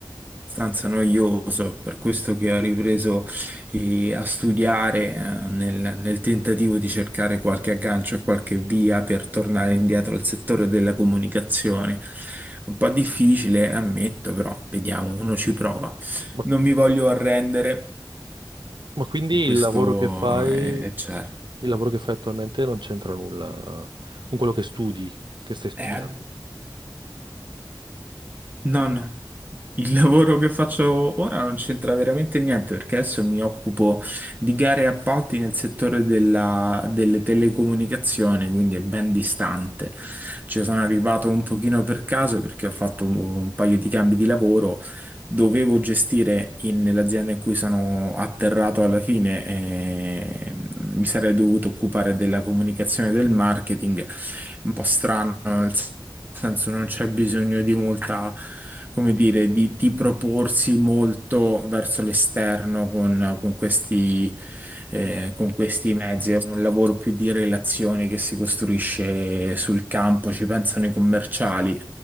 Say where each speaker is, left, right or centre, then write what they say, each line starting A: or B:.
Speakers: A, on the right (about 20°); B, on the right (about 70°).
A: abbastanza noioso, è per questo che ho ripreso eh, a studiare eh, nel, nel tentativo di cercare qualche aggancio e qualche via per tornare indietro al settore della comunicazione. Un po' difficile, ammetto, però vediamo, uno ci prova.
B: Ma,
A: Non mi voglio arrendere
B: ma quindi
A: questo
B: il lavoro che fai,
A: è, è certo.
B: il lavoro che fai attualmente non c'entra nulla con quello che studi, che stai studiando?
A: Eh, No, no. Il lavoro che faccio ora non c'entra veramente niente perché adesso mi occupo di gare e appalti nel settore della- delle telecomunicazioni, quindi è ben distante. Ci sono arrivato un pochino per caso perché ho fatto un paio di cambi di lavoro. Dovevo gestire in- nell'azienda in cui sono atterrato alla fine, eh, mi sarei dovuto occupare della comunicazione e del marketing. Un po' strano senso non c'è bisogno di molta, come dire, di, di proporsi molto verso l'esterno con, con questi, eh, con questi mezzi. È un lavoro più di relazioni che si costruisce sul campo, ci pensano i commerciali.